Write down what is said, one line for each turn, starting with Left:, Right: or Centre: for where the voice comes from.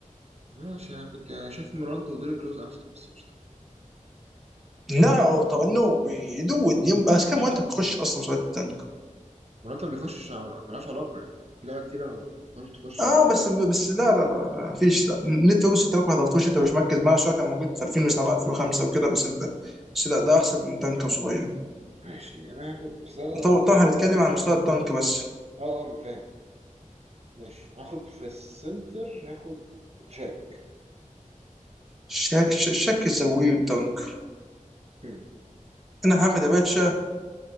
Right: ماشي انا كنت يعني شايف مرانتو وديريك روز احسن بس قشطه
Centre: لا طبعا نو واي دود بس كم وانت بتخش اصلا مسابقات الدنك
Right: مرانتو ما بيخشش ع- ملهاش علاقه يعني في لعيبه كتيره ما بتخش تخش
Centre: اه
Right: يعني
Centre: بس بس لا لا لا لا فيش لا نت بص انت ممكن ما حضرتوش انت مش مركز معاه شويه كان موجود في 2007 2005 وكده بس انت بس لا ده احسن من دنك صغير
Right: ماشي انا هاخد بس آه،
Centre: طبعا طبعا
Right: ماشي
Centre: هنتكلم عن مستوى الدنك بس
Right: اه اه فاهم ماشي هاخد في السنتر هاخد شاك
Centre: شك شك الزاويه والدنك
Right: هم.
Centre: انا هاخد يا باشا